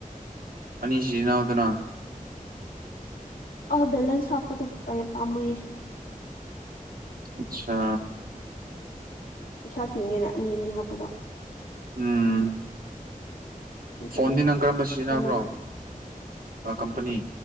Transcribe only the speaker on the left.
ꯑ ꯦꯂꯦꯟꯁ ꯍꯥꯞꯄꯗꯌꯦ ꯄꯥꯝꯃꯌꯦꯦ
ꯄꯩꯁꯥ ꯇꯤꯡꯉꯦꯅ ꯑꯅꯤ ꯑꯅꯤ ꯍꯥꯞꯄꯗꯣ
ꯑꯗꯨꯅ
ꯀꯥꯟꯅꯗꯦ